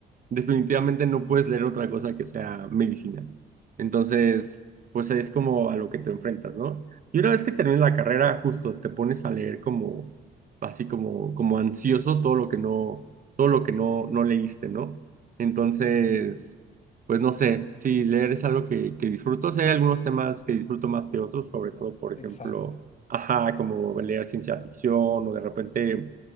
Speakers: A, on the right; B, on the left.
A: definitivamente no puedes leer otra cosa que sea medicina. Entonces,
B: Ujú,
A: pues es como a lo que te enfrentas, ¿no? Y una vez que terminas la carrera, justo te pones a leer como, así como, como ansioso todo lo que no, todo lo que no, no leíste, ¿no? Entonces,
B: ujú.
A: pues no sé, sí, leer es algo que, que disfruto. Sí, hay algunos temas que disfruto más que otros, sobre todo, por ejemplo,
B: Exacto.
A: ajá, como leer ciencia ficción o de repente